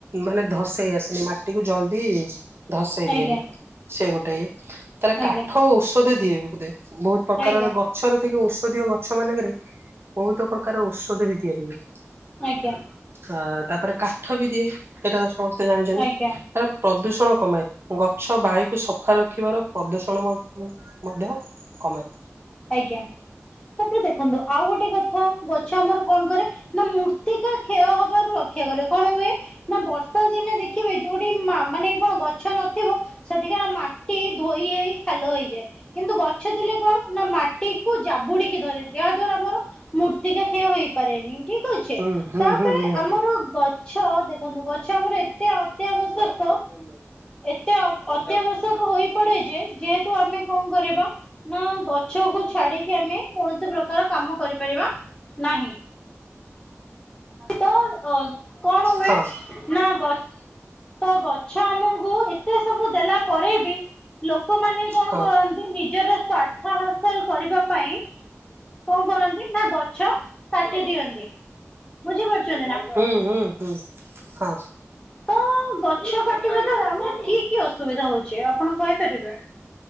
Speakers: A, on the right; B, on the left.
A: ମାନେ ଧସେଇ ଆସେନି ମାଟି କୁ ଜଲଦି ଧସେଇ ଦିଏନି
B: ଆଜ୍ଞା
A: ସେ ଗୋଟେ ଇଏ ତାପରେ
B: ଆଜ୍ଞା
A: କାଠ ଔଷଧ ଦିଏନି ବୋଧେ। ବୋହୁତ ପ୍ରକାରର
B: ଆଜ୍ଞା ଆଜ୍ଞା
A: ଗ ଗଛରେ କି ଔଷଧୀୟ ଗଛ ମାନଙ୍କରେ ବୋହୁତ ପ୍ରକାର ଔଷଧ ବି ତିଆରି ହୁଏ।
B: ଆଜ୍ଞା।
A: ଅ ତାପରେ କାଠ ବି ଦିଏ। ସେଇଟା ତ ସମସ୍ତେ ଜାଣିଚନ୍ତି।
B: ଆଜ୍ଞା
A: ପ୍ରଦୂଷଣ କମାଏ ଗଛ ବାୟୁ ସଫା ରଖିବାର ପ୍ରଦୂଷଣ ମ-ମଧ୍ୟ କମାଏ।
B: ଆଜ୍ଞା ତାପରେ ଦେଖନ୍ତୁ ଆଉ ଗୋଟେ କଥା ଗଛ ଆମର କଣ କରେ ନା ମୃତିକା କ୍ଷୟ ହବାରୁ ରକ୍ଷା କରେ କଣ ହୁଏ ନା ବର୍ଷା ଦିନେ ଦେ ଖିବେ ଯୋଉଠି ମା-ମାନେ କଣ ଗଛ ନଥିବ ସେଠିକାର ମାଟି ଧୋଇ ହେଇ ଖାଲ ହେଇଯାଏ କିନ୍ତୁ ଗଛ ଥିଲେ କଣ ନା ମାଟି କୁ ଜାବୁଡିକି ଧରେ ଯାହା ଦ୍ଵାରା ଆମର ମୂର୍ତିକା କ୍ଷୟ ହେଇପାରେନି ଠି କ୍ ଅଛ
A: ହୁଁ ହୁଁ
B: ତାପରେ
A: ହୁଁ ନିହାତି
B: ଆମର ଗ ଛ ଦେଖନ୍ତୁ ଗଛ ଆମର ଏତେ ଅତ୍ୟାବଶ୍ୟକ। ଏତେ ଅ-ଅତ୍ୟାବଶ୍ୟକ ହୋଇ ପଡେ ଯେ ଯେହେତୁ ଆମେ କଣ କରିବା ନା ଗଛକୁୁ ଛାଡିକି ଆମେ କୌଣସି ପ୍ରକାର କାମ କରିପାରିବା ନାହିଁ। ତ ଅ କଣ ହୁଏ
A: ହଁ
B: ନା ଗଛ ତ ଗଛ <unintelligible> ଗଛ ଆମକୁ ଏତେ ସବୁ ଦେଲା ପରେ ବି ଲୋକମାନେ କଣ
A: ହଁ
B: କରନ୍ତି। ନି ଜର ସ୍ୱାର୍ଥ ହାସଲ କରିବା ପାଇଁ କଣ କରନ୍ତି ନା ଗଛ କାଟି ଦିଅନ୍ତି ବୁଝି ପାରୁଛନ୍ତି ନା।
A: ହୁଁ ହୁଁ ହୁଁ ହଁ।
B: ତ ଗଛ କାଟିବା ଦ୍ଵାରା ଆମର କି କି ଅସୁବିଧା ହୋଉଛି। ଆପଣ କହିପାରିବେ?